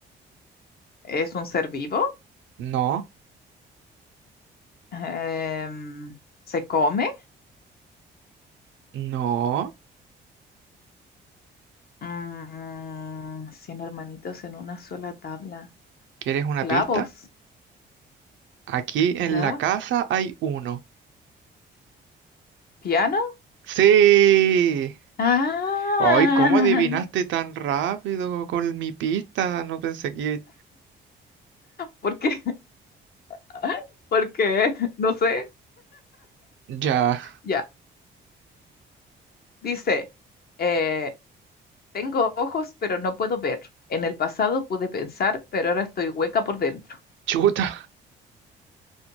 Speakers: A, on the left (about 50°); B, on the right (about 70°).
A: ¿Es un ser vivo?
B: No,
A: Em, ¿se come?
B: no.
A: Mm, 100 hermanitos en una sola tabla.
B: ¿Quieres una
A: Clavos,
B: pista? Aquí en
A: ¿ya?
B: la casa hay uno.
A: ¿Piano?
B: ¡Sí!
A: Ah,
B: ¡Ay, cómo adivinaste tan rápido con mi pista! No pensé que...
A: ¿por qué? <laughs> Porque, no sé,
B: Ya.
A: ya. Dice, eh, tengo ojos, pero no puedo ver. En el pasado pude pensar, pero ahora estoy hueca por dentro.
B: Chuta.